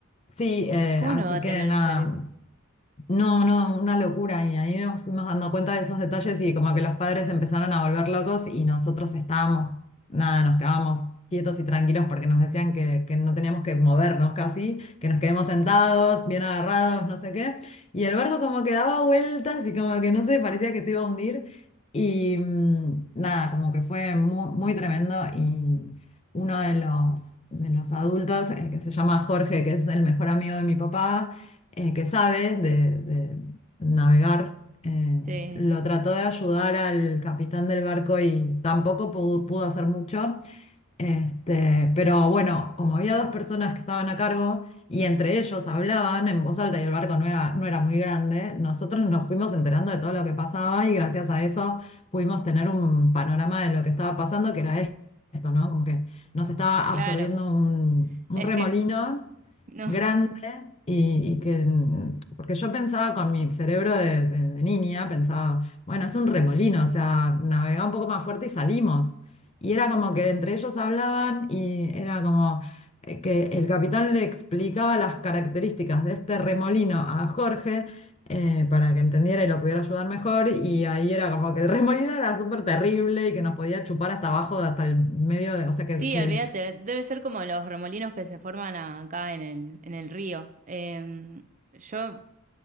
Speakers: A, on the left; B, on the right.
A: Sí, eh,
B: ¿Cómo
A: así
B: no va a
A: que
B: tener
A: nada,
B: chaleco?
A: no, no, una locura. Y ahí nos fuimos dando cuenta de esos detalles y como que los padres empezaron a volver locos y nosotros estábamos, nada, nos quedábamos quietos y tranquilos porque nos decían que, que no teníamos que movernos casi, que nos quedemos sentados, bien agarrados, no sé qué. Y el barco como que daba vueltas y como que no sé, parecía que se iba a hundir. Y mm, nada, como que fue muy, muy tremendo y uno de los, de los adultos, eh, que se llama Jorge, que es el mejor amigo de mi papá eh, que sabe de, de navegar, eh,
B: Sí,
A: lo trató de ayudar al capitán del barco y tampoco pudo, pudo hacer mucho. Este, pero bueno, como había dos personas que estaban a cargo y entre ellos hablaban en voz alta y el barco no era, no era muy grande, nosotros nos fuimos enterando de todo lo que pasaba y gracias a eso pudimos tener un panorama de lo que estaba pasando, que era esto, ¿no? Como que nos estaba
B: claro.
A: absorbiendo un, un
B: Es
A: remolino
B: que no.
A: grande y, y que, mm, porque yo pensaba con mi cerebro de, de- de niña, pensaba, bueno, es un remolino, o sea, navegá un poco más fuerte y salimos. Y era como que entre ellos hablaban y era como eh, que el capitán le explicaba las características de este remolino a Jorge. eh, para que entendiera y lo pudiera ayudar mejor, y ahí era como que el remolino era súper terrible y que nos podía chupar hasta abajo, hasta el medio de, o sea, que,
B: Sí,
A: que-
B: olvídate, debe ser como los remolinos que se forman acá en el, en el río. Eh, yo